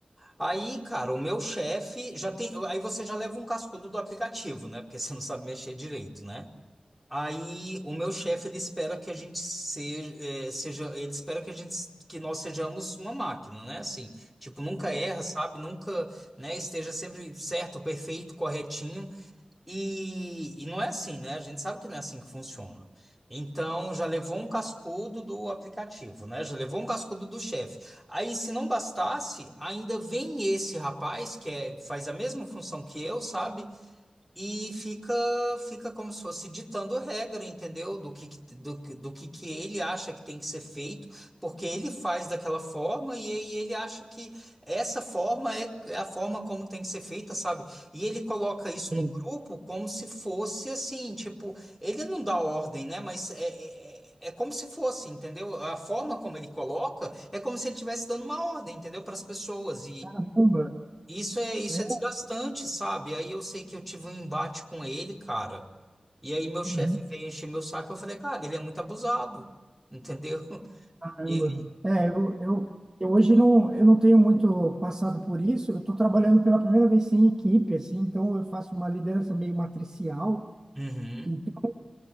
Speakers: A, in the centre; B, on the right.
A: Aí, cara, o meu chefe já tem. Aí você já leva um cascudo do aplicativo, né? Porque você não sabe mexer direito, né? Aí o meu chefe ele espera que a gente seja, eh, seja- ele espera que a gente que nós sejamos uma máquina, né? Assim, tipo, nunca erra, sabe? Nunca, né, esteja sempre certo, perfeito, corretinho. E, e não é assim, né? A gente sabe que não é assim que funciona. Então, já levou um cascudo do aplicativo, né? Já levou um cascudo do chefe. Aí, se não bastasse, ainda vem esse rapaz que é, faz a mesma função que eu, sabe? E fica, fica como se fosse ditando regra, entendeu? Do que, que- do, que- do que que ele acha que tem que ser feito, porque ele faz daquela forma e aí ele acha que essa forma é, é a forma como tem que ser feita, sabe? E ele coloca isso
B: Entendo.
A: no grupo como se fosse assim, tipo, ele não dá ordem, né? Mas é, é, é é como se fosse, entendeu? A forma como ele coloca é como se ele estivesse dando uma ordem, entendeu? Para as pessoas.
B: Caramba,
A: Isso é, isso
B: é,
A: é desgastante, sabe? Aí eu sei que eu tive um embate com ele, cara. E aí meu chefe
B: uhum,
A: veio encher meu saco. Eu falei, cara, ele é muito abusado, entendeu? <laughs>
B: caramba.
A: E-
B: É, eu, eu, eu hoje não, eu não tenho muito passado por isso. Eu estou trabalhando pela primeira vez sem equipe, assim, então eu faço uma liderança meio matricial.
A: Uhum,
B: Então,